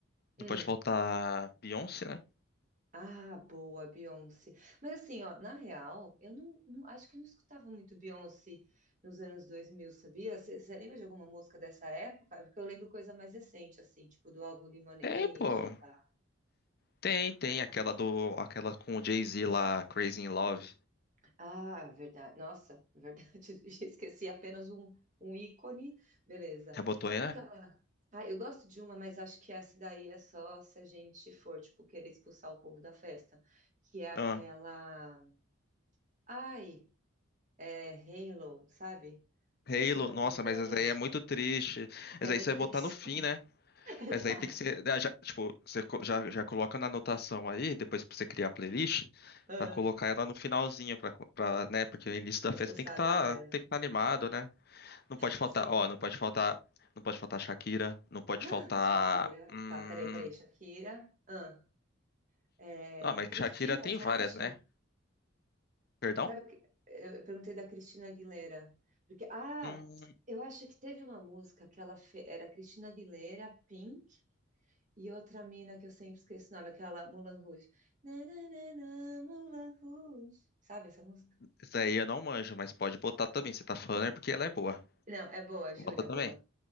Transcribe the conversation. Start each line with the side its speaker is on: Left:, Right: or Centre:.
Left: não
Right: Hum.
Left: pode faltar Beyoncé, né?
Right: Ah, boa, Beyoncé. Mas assim, ó, na real, eu não, não- acho que eu não escutava muito Beyoncé nos anos 2000, sabia? Você lembra de alguma música dessa época? É Porque eu lembro coisa mais recente, assim, tipo do álbum Lemonade.
Left: Tem, pô.
Right: pá.
Left: Tem, tem aquela do, aquela com o Jay-Z lá, Crazy in Love.
Right: Ah, verdade. Nossa, verdade. <laughs> Esqueci apenas um, um ícone. Beleza.
Left: Já botou
Right: Sabe
Left: aí, né?
Right: aquela. Ah, eu gosto de uma, mas acho que essa daí é só se a gente for, tipo, querer expulsar o povo da festa. Que é aquela.
Left: Ah,
Right: Ai. É Halo, sabe?
Left: Halo,
Right: Que é super
Left: nossa,
Right: romântica.
Left: mas essa aí é muito triste. Essa
Right: É muito
Left: aí você vai
Right: triste.
Left: botar no fim, né?
Right: <laughs> Exato.
Left: Essa aí tem que ser, ah, já- tipo, você co- já, já coloca na anotação aí, depois pra você criar a playlist,
Right: Ah,
Left: pra colocar ela no finalzinho, pra, co- pra, né? Porque o início
Right: pra
Left: da festa
Right: expulsar
Left: tem que tá,
Right: a galera.
Left: tem que tá animado, né? Não pode faltar,
Right: Sim.
Left: ó, não pode faltar, não pode faltar Shakira, não pode
Right: Ah,
Left: faltar,
Right: Shakira.
Left: hum...
Right: Tá, peraí, peraí. Shakira. Ah, é,
Left: Ah, mas
Right: Cristina,
Left: Shakira tem
Right: você
Left: várias,
Right: acha?
Left: né? Perdão?
Right: Sabe, que- eu perguntei da Cristina Aguilera. Porque, ah,
Left: Hum,
Right: eu acho que teve uma música que ela fez. Era Cristina Aguilera, Pink. E outra mina que eu sempre esqueço o nome, aquela Moulin Rouge. Na, na, na, na, Moulin Rouge. Sabe essa música?
Left: Isso aí eu não manjo, mas pode botar também. Você tá falando é porque ela é boa.
Right: Não, é boa, juro,
Left: Bota
Right: é
Left: também.
Right: boa.